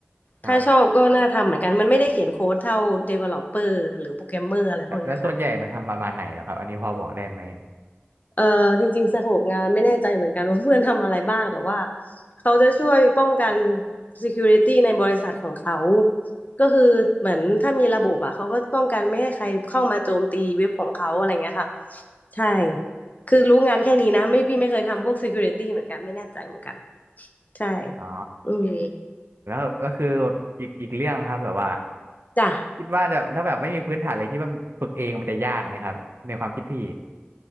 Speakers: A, on the right; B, on the left.
A: ครับ
B: ถ้าชอบก็น่าทำเหมือนกันมันไม่ได้เขียนโค้ดเท่า developer หรือโปรแกรมเมอร์อะไรพวกเนี้ยค่ะ
A: แล้วแล้วส่วนใหญ่มันทำประมาณไหนเหรอครับอันนี้พอบอกได้ไหม
B: เออจริงๆสโคปงานไม่แน่ใจเหมือนกัน <laughs> ว่าเพื่อนทำอะไรบ้างแต่ว่าเขาจะช่วยป้องกัน security ในบริษัทของเขาก็คือเหมือนถ้ามีระบบอะเขาก็ป้องกันไม่ให้ใครเข้ามาโจมตีเว็บของเขาอะไรเงี้ยค่ะใช่คือรู้งานแค่นี้นะไม่พี่ไม่เคยทำพวก security เหมือนกันไม่แน่ใจเหมือนกัน ใช่
A: อ๋อ
B: อืม
A: แล้วแล้วคืออีกอีกเรื่องครับแบบว่า
B: จ้ะ
A: คิดว่าจะถ้าแบบไม่มีพื้นฐานเลยคิดว่ามันฝึกเองมันจะยากไหมครับในความคิดพี่